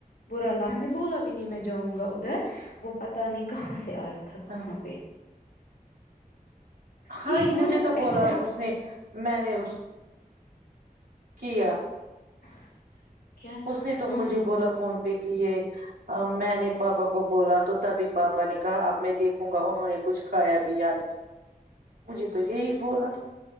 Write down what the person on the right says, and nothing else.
ہاں
ہاں
مجھے
تو
بولا اس نے <unintelligible> میں نے اس <inaudible> کیا
اس نے تو
مجھے بولا فون پہ <unintelligible> کہ یہ میں نے پاپا کو بولا تو تبھی پاپا نے کہا اب میں دیکھوں گا انہوں نے کچھ کھایا بھی یا نہیں مجھے تو یہی بولا <inaudible>